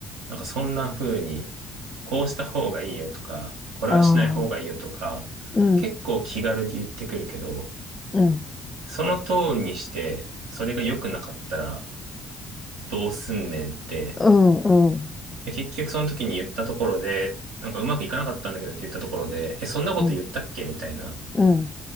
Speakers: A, on the right; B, on the left.
A: なんかそんな風に、こうした方がいいよとか、これはしない方がいいよとか、
B: ああ。うん。
A: 結構気軽に言ってくるけど、
B: うん。
A: その通りにして、それが良くなかったらどうすんねんって、
B: うん。うん。
A: で結局その時に言ったところで、なんかうまくいかなかったんだけどって言ったところで、え、そんなこと言ったっけみたいな。
B: うん。うん。